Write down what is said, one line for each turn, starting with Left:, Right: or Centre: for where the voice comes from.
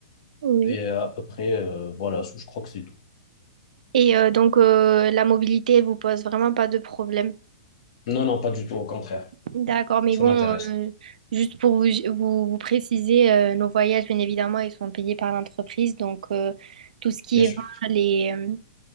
Right: oui.
Left: Et à peu près, euh, voilà, je crois que c'est tout.
Right: Et euh, donc, euh, la mobilité elle vous pose vraiment pas de problème.
Left: Non, non, pas du tout. Au contraire,
Right: D'accord, mais
Left: ça
Right: bon,
Left: m'intéresse.
Right: euh, juste pour vous, vous, vous préciser, euh, nos voyages, bien évidemment, ils sont payés par l'entreprise. Donc, euh, tout ce qui
Left: Bien sûr.
Right: est vin les, euh,